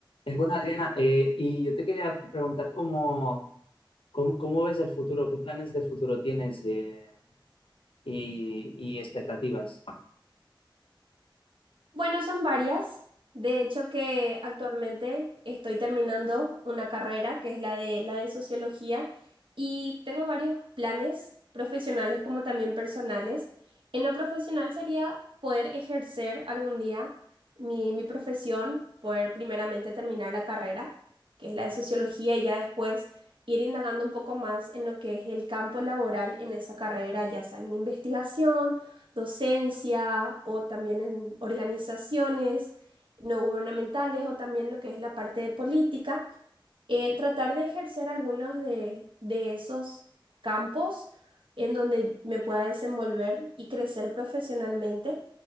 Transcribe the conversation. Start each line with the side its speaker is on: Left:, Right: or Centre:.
Left: Es buena, Adriana. Eh, y yo te quería preguntar cómo, cómo, cómo ves el futuro, qué planes de futuro tienes eh, y, y expectativas.
Right: Bueno, son varias. De hecho, que actualmente estoy terminando una carrera que es la de la de sociología y tengo varios planes profesionales como también personales. En lo profesional sería poder ejercer algún día mi, mi profesión, poder primeramente terminar la carrera, que es la de sociología, y ya después ir indagando un poco más en lo que es el campo laboral en esa carrera, ya sea en investigación docencia o también en organizaciones no gubernamentales o también lo que es la parte de política en tratar de ejercer algunos de, de esos campos en donde me pueda desenvolver y crecer profesionalmente.